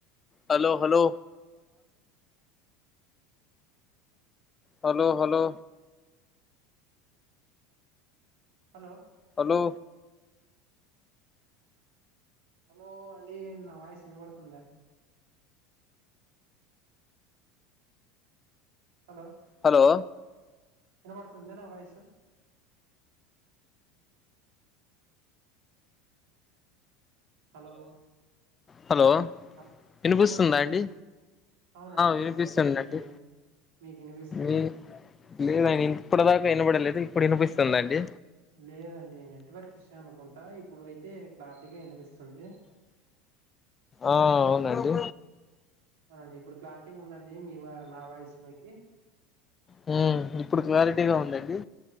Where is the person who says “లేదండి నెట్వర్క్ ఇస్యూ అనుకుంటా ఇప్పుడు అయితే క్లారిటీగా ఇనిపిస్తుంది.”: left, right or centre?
Right